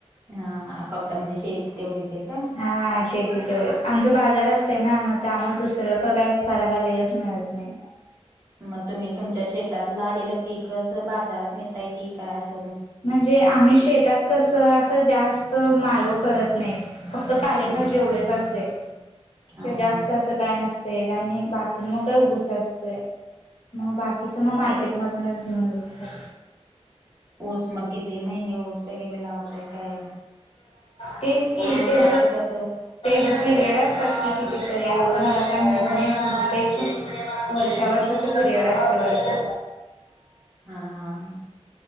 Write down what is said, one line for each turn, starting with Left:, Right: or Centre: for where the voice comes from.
Right: हा फक्त म्हणजे शेती तेवढीच आहे का
Left: हा शेती तेवढंच. आमचं बाजार असते ना, म त्यामुळ दुसरं काय करायला वेळच मिळत नाय.
Right: म तुम्ही तुमच्या शेतातला आलेलं पीकच बाजारात नेताय की काय अस.
Left: म्हणजे आम्ही शेतात कस असं जास्त माळवं करत नाहीत. फक्त पालेभाजी
Right: हम्म
Left: एवढेच असतय किवा
Right: हा
Left: जास्त
Right: हा
Left: असं काय नसतय. आणि बाकी मग काय ऊस असतोय. मग बाकीच मग मार्केट मधूनच घेऊन घेततात.
Right: ऊस मग किती महिने ऊस वगैरे लावताय काय.
Left: ते कि
Right: ऊसाचं
Left: ते
Right: कसं
Left: ते पीरेड असतात कि ते तर एवढं मला काय माहित नाही बहूतेक वर्षा
Right: हा
Left: वर्षाच पिरियड असते वाडत.
Right: हा हा हा.